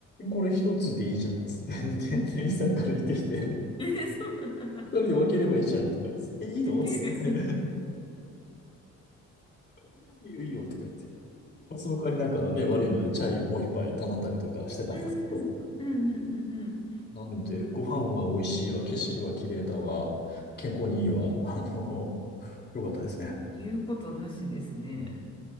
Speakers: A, on the left; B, on the left.
A: これ一つでいいじゃん、つって。
B: うん
A: で店員さんから言ってきて、
B: えー、そうなんだ。
A: 二人で分ければいいじゃん、とか言って、え、いいのつって。
B: ウケる。
A: <laughs> いいよ、いいよ、とか言って。その代わりなんかね、悪いので、チャイをもう一杯頼んだりとかしてたんですけど。
B: うん、うん、うん、うん、うん。
A: なので、ご飯は美味しいわ、景色は綺麗だわ、健康にいいわ、<laughs> あの、良かったですね。
B: 言うことなしですね。
A: うん